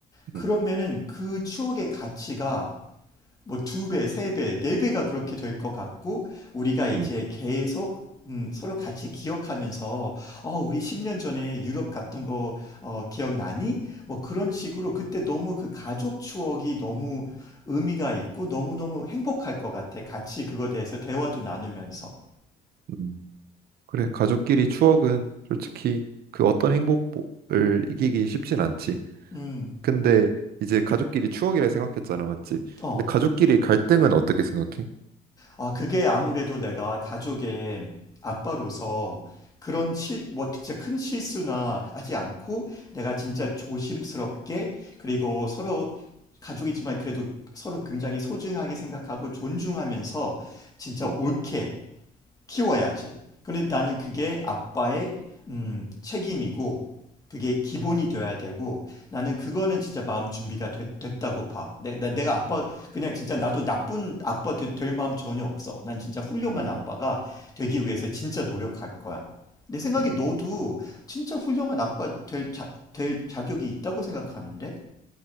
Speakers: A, on the left (about 20°); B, on the right (about 65°).
A: 그러면은
B: 음,
A: 그 추억의 가치가 뭐 두 배, 세 배, 네 배가 그렇게 될 것 같고 우리가 이제
B: 음.
A: 계속 음, 서로 같이 기억하면서 어, 우리 10년 전에 유럽 갔던 거 어, 기억나니? 뭐 그런 식으로 그때 너무 그 가족 추억이 너무 의미가 있고 너무너무 행복할 것 같아. 같이 그거에 대해서 대화도 나누면서.
B: 음. 그래, 가족끼리 추억은 솔직히 그 어떤 행복을 이기기 쉽진 않지.
A: 음.
B: 근데 이제 가족끼리 추억이라 생각했잖아, 맞지?
A: 어.
B: 근데 가족끼리 갈등은 어떻게 생각해?
A: 아, 그게 아무래도 내가 가족의 아빠로서 그런 실, 뭐 진짜 큰 실수나 하지 않고 내가 진짜 조심스럽게 그리고 서로 가족이지만 그래도 서로 굉장히 소중하게 생각하고 존중하면서 진짜
B: 음,
A: 옳게 키워야지. 근데 나는 그게 아빠의 음, 책임이고 그게 기본이 되어야 되고 나는 그거는 진짜 마음 준비가 됐, 됐다고 봐. 내, 나, 내가 아빠
B: 음,
A: 그냥 진짜 나도 나쁜 아빠 되, 될 마음 전혀 없어. 난 진짜 훌륭한
B: 음,
A: 아빠가 되기 위해서 진짜 노력할 거야. 내 생각에
B: 음.
A: 너도 진짜 훌륭한 아빠 될, 자, 될 자격이 있다고 생각하는데?